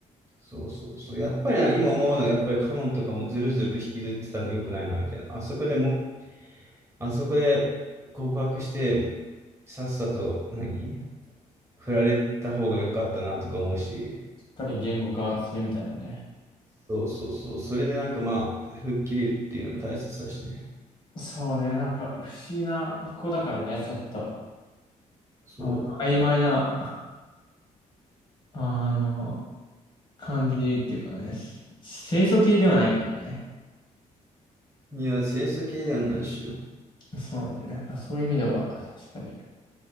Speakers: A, on the right; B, on the left.
A: そうそうそう。やっぱりな今思うのは、やっぱりカノンとかもずるずる引きずってたの良くないな、みたいな。あそこでも、あそこで告白して、さっさと何、振られた方が良かったなとか思うし、
B: しっかり言語化するみたいなね。
A: そうそうそう。それでなんかまあ、吹っ切れるっていうの大切だしね。
B: そうね、なんか、不思議な子だからね、ちょっと。
A: そう。
B: なんか曖昧なあの、感じっていうかね、し清楚系ではないからね。
A: いや、清楚系ではないしよ。
B: そうね。そういう意味では、確かに。